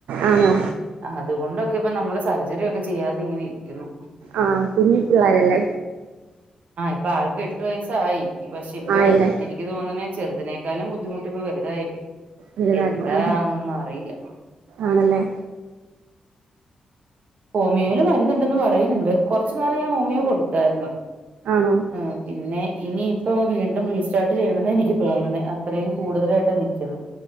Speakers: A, on the right; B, on the right.
A: ആണോ
B: അതുകൊണ്ടൊക്കെ ഇപ്പ നമ്മൾ സർജറി ഒക്കെ ചെയ്യാതെ ഇങ്ങനെ ഇരിക്കുന്നു
A: ആ കുഞ്ഞി പിള്ളാരല്ലേ
B: ആ ഇപ്പൊ ആൾക്ക് എട്ടു വയസ്സായി പക്ഷെ ഇപ്പം
A: ആയല്ലേ
B: എനിക്ക് തോന്നണെ അതിനേക്കാള് ബദ്ധിമുട്ടിപ്പ വലുതായി
A: വലുതായപ്പോ
B: എന്താന്നൊന്നും
A: ആഹാ
B: അറിയില്ല
A: ആണല്ലേ
B: ഹോമിയോയില് മരുന്നുണ്ടെന്ന് പറയുന്നുണ്ട് കൊറച്ചുനാള് ഞാൻ ഹോമിയോ കൊടുത്തായിരുന്നു
A: ആണോ
B: ആ പിന്നെ ഇനിയിപ്പൊ വീണ്ടും റീസ്റ്റാർട്ട് ചെയ്യണം തോന്നണേ അത്രയും കൂടുതലായിട്ട് നിക്കുന്നെ